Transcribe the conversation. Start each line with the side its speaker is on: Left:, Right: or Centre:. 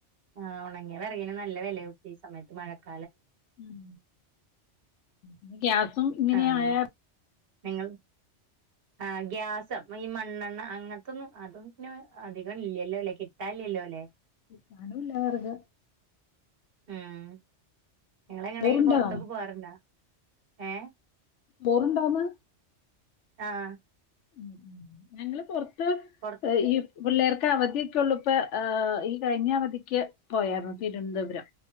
Right: ആ ഒണങ്ങിയ വെറകിന് നല്ല വെലയാവും. ഈ സമയത്ത് മഴക്കാ
Left: ഉം ഇനി ഗ്യാസും ഇങ്ങനെയായ
Right: ആഹ് നിങ്ങൾ ആ ഗ്യാസും, ഈ മണ്ണെണ്ണ അങ്ങനത്തൊന്നും, അതും പിന്നെ അധികം ഇല്ല്യല്ലോ അല്ലെ. കിട്ടാല്ല്യല്ലോ അല്ലേ.
Left: കിട്ടാനുംല്ല വെറക്.
Right: ഉം നിങ്ങളെങ്ങണേലും
Left: ചോറുണ്ടാവാ
Right: പൊറത്തൊക്കെ പോവാറുണ്ടാ. ഏ
Left: ബോറുണ്ടാമ്മാ.
Right: ആ
Left: ഉം ഉം ഞങ്ങള് പൊറത്ത്
Right: പൊറ
Left: ഈ പിള്ളേർക്ക് അവധിയൊക്കെ ഉള്ളപ്പ ആ ഈ കഴിഞ്ഞ അവധിക്ക് പോയാരുന്നു തിരുവന്തപുരം.